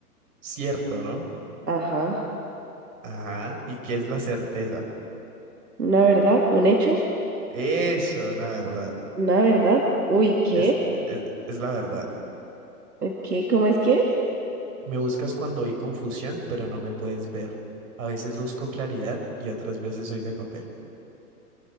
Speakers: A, on the right; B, on the right.
A: cierto, ¿no?
B: Ajá.
A: Ajá, y que es la certeza.
B: ¿Una verdad? ¿Un hecho?
A: Eso, la verdad.
B: ¿Una verdad? Uy, ¿qué?
A: Es, es, es la verdad.
B: ¿Qué? ¿Cómo es que es?
A: Me buscas cuando hay confusión, pero no me puedes ver. A veces busco claridad y otras veces soy de papel.